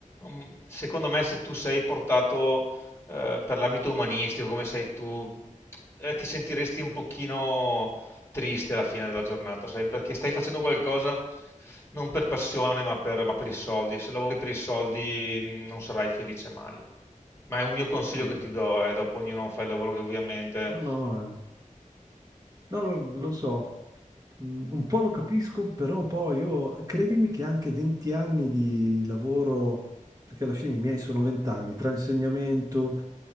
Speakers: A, on the left (about 20°); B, on the right (about 25°).
A: mm, secondo me, se tu sei portato eh, per l'ambito umanistico, come sei tu, eh, ti sentiresti un pochino triste alla fine della giornata, sai? Perché stai facendo qualcosa non per passione, ma per, ma per i soldi. Se lavori per i soldi mm, non sarai felice mai. Ma è un mio consiglio
B: Sì, eh.
A: che ti do, e dopo ognuno fa il lavoro che ovviamente...
B: No, no, eh. No, no, lo so, Mm, un po' lo capisco, però un po' io, credimi che anche 20 anni di lavoro, perché alla fine i miei sono 20 anni, tra insegnamento,